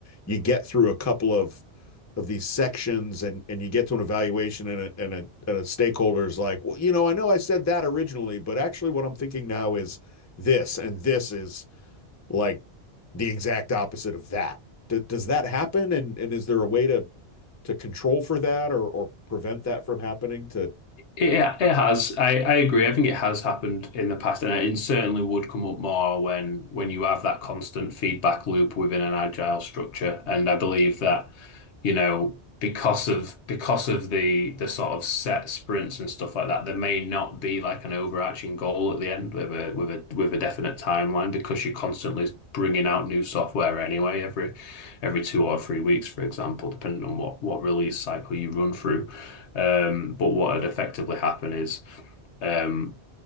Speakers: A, on the left; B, on the left.
A: you get through a couple of of these sections and and you get to an evaluation and a, and a and a stakeholder's like, well, you know, I know I said that originally, but actually what I'm thinking now is this, and this is like the exact opposite of that. D does that happen? And and is there a way to to control for that or or prevent that from happening to
B: It, it has. I, I agree. I think it has happened in the past, and it certainly would come up more when when you have that constant feedback loop within an agile structure. And I believe that, you know, because of because of the the sort of set sprints and stuff like that, there may not be like an overarching goal at the end with a with a with a definite timeline because you're constantly bringing out new software anyway every every two or three weeks, for example, depending on what what release cycle you run through. Um, but what had effectively happened is um,